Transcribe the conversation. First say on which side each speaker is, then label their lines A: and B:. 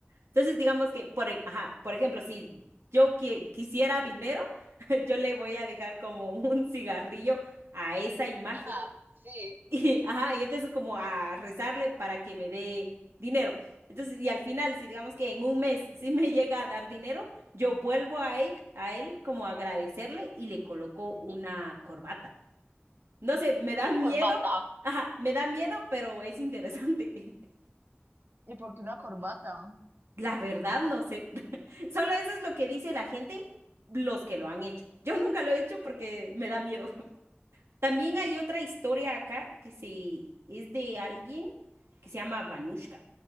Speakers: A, on the right; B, on the right.
A: Entonces, digamos que por, e- ajá, por ejemplo, si yo qui- quisiera dinero, <laughs> yo le voy a dejar como un cigarrillo a esa imagen
B: Ah, sí.
A: y, ajá, y entonces como a rezarle para que me dé dinero. Entonces, y al final, si digamos que en un mes sí me llega a dar dinero, yo vuelvo a él, a él como a agradecerle y le coloco una
B: Ujú.
A: corbata. No sé, me da
B: Una
A: miedo,
B: corbata.
A: ajá, me da miedo, pero es interesante. <laughs>
B: ¿Y por qué una corbata?
A: La verdad, no sé. <laughs> Solo eso es lo que dice la gente, los que lo han hecho. Yo nunca lo he hecho porque me da miedo. También hay otra historia acá que se, es de alguien que se llama Vanushka,